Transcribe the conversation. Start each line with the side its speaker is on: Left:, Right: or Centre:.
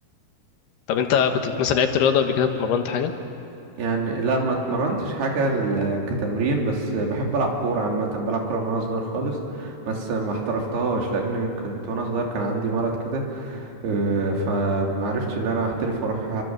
Left: طب انت كنت مثلا لعبت رياضه قبل كده اتمرنت حاجه
Right: يعني لا ما اتمرنتش حاجة لل- كتمرين بس بحب ألعب كورة عامة بلعب كورة من وأنا صغير خالص بس ما احترفتهاش لأن كنت وأنا صغير كان عندي مرض كده آه، فمعرفتش ان انا احترف واروح